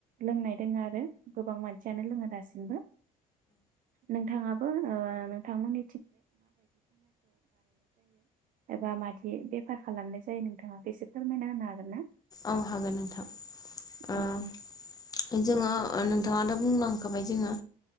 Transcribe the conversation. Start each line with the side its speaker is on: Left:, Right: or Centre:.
Right: लोंनाय दोङो आरो गोबां मानसियानो लोङा दासिमबो नोंथाङाबो ओ नोंथांमोन एबा मादि बेफार खालामनाय जायो नोंथाङा बेसे फोरमायना होनो हागोन ना
Left: औ हागोन नोंथां ओ
Right: औ
Left: जोङो नोंथाङा दा बुंलांखाबाय जोङो